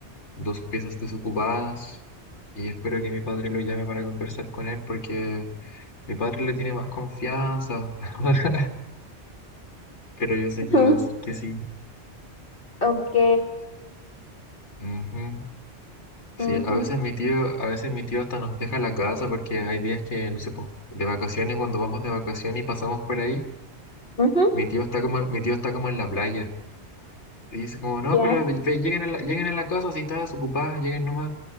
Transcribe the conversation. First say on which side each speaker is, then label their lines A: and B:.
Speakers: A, on the left (about 80°); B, on the left (about 50°).
A: dos piezas desocupadas. Y espero que mi padre lo llame para conversar con él, porque mi padre le tiene más confianza. <laughs> Pero yo sé
B: Ujú.
A: que va a decir que sí.
B: Ok.
A: Ujú. Sí,
B: Ujú.
A: a veces mi tío, a veces mi tío hasta nos deja la casa porque hay días que, no sé, po, de vacaciones, cuando vamos de vacaciones y pasamos por ahí,
B: Ujú.
A: mi tío está como, mi tío está como en la playa. Y dice como, no,
B: Ya.
A: pero ve- ve, lleguen a la, lleguen a la casa, si están desocupadas, lleguen nomás.